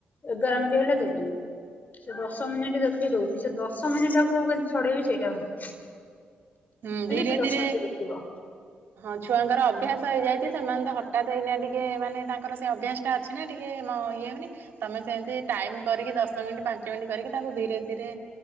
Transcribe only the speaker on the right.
ହୁଁ ଧୀରେ
ଧୀରେ
ହଁ ଛୁଆଙ୍କର ଅଭ୍ୟାସ ହେଇଯାଇଛି। ସେମାନେ ତ ହଠାତ ଏଇନି ଟିକେ ମାନେ ତାଙ୍କର ସେ ଅଭ୍ୟାସ ଟା ଅଛି ନା ଟିକେ ଇଏ ହଉନି ତମେ ସେମତି ଟାଇମ କରିକି ଦଶ ମିନିଟ ପାଞ୍ଚ ମିନିଟ କରିକି ତାଙ୍କୁ ଧୀରେ ଧୀରେ